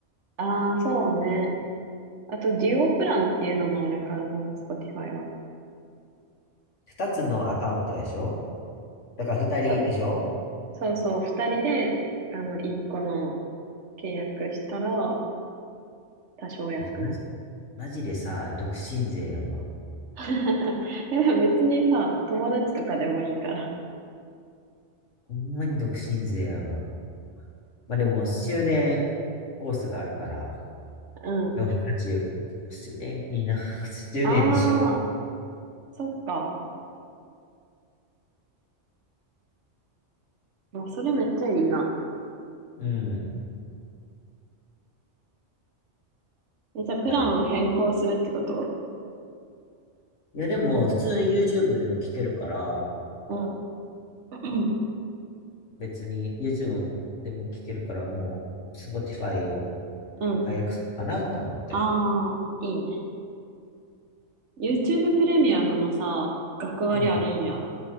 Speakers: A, on the right; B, on the left.
A: ああ、そうね。あと、デュオプランっていうのもあるからな、Spotify は。
B: 2つのアカウントでしょだから2人でしょ
A: そ、そうそう、二人で、あの、一個の契約したら、多少安くなっ
B: いや、マジ、マジでさ、独身税やわ。
A: た。<laughs> え、でも別にさ、友達とかでもいいから。
B: ほんまに独身税やわ。まあでも、終電コースがあるから、
A: うん。
B: 480。終電いいな。<laughs> 終電にしよ
A: ああ、そっか。もうそれめっちゃいいな。
B: う。うん。
A: え、じゃあ、プランを変更するってこと
B: まあでも、いや、でも、普通に YouTube でも聞けるから、
A: うん。<clears throat>
B: 別に YouTube でも聞けるから、もう、Spotify を
A: うん。
B: 解約するかなと思って。
A: ああ、いいね。YouTube プレミアムもさ、学割あるんや。
B: うん。